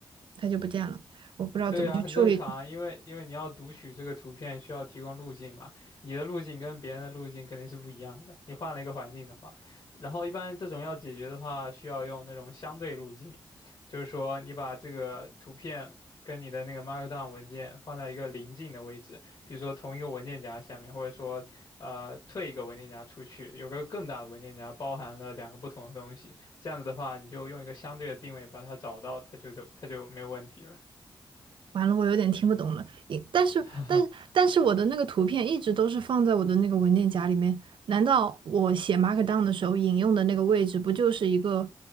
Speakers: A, on the right; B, on the left.
A: 它就不见了。我不知道怎么去处理
B: 对呀，很正常啊，因为因为你要读取这个图片，需要提供路径嘛，你的路径跟别人的路径肯定是不一样的。你换了一个环境的话，然后一般这种要解决的话，需要用那种相对路径，就是说你把这个图片跟你的那个 Markdown 文件放在一个邻近的位置，比如说同一个文件夹下面，或者说呃退一个文件夹出去，有个更大的文件夹包含了两个不同的东西，这样子的话，你就用一个相对的定位把它找到，它就就它就没有问题了。
A: 完了，我有点听不懂了。一但是，
B: <laughs>
A: 但但是我的那个图片一直都是放在我的那个文件夹里面。难道我写 Markdown 的时候引用的那个位置，不就是一个